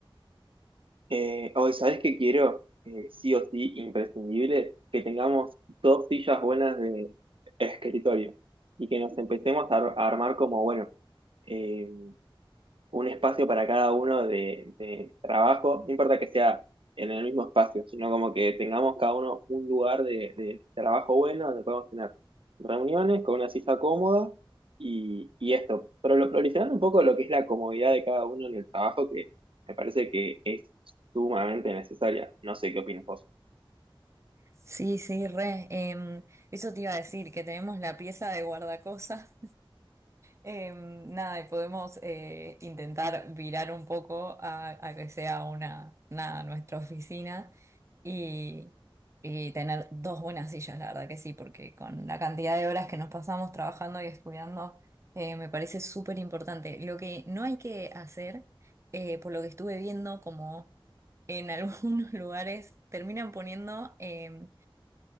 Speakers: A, on the right; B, on the right.
A: Eh, hoy, ¿sabés qué quiero? Eh, sí o sí, imprescindible, que tengamos dos sillas buenas de escritorio y que nos empecemos a, ar- a armar como, bueno, eh, un espacio para cada uno de, de trabajo, no importa que sea en el mismo espacio, sino como que tengamos cada uno un lugar de, de trabajo bueno donde podemos tener reuniones con una silla cómoda y, y esto, pero lo priorizando un poco lo que es la comodidad de cada uno en el trabajo, que me parece que es sumamente necesaria. No sé qué opinas vos.
B: Sí, sí, re. Em, eso te iba a decir, que tenemos la pieza de guardacosas Eh, nada, y podemos eh, intentar virar un poco a, a que sea una, nada, nuestra oficina y, y tener dos buenas sillas, la verdad que sí, porque con la cantidad de horas que nos pasamos trabajando y estudiando, eh, me parece súper importante. Lo que no hay que hacer, eh, por lo que estuve viendo, como en algunos <laughs> lugares terminan poniendo em,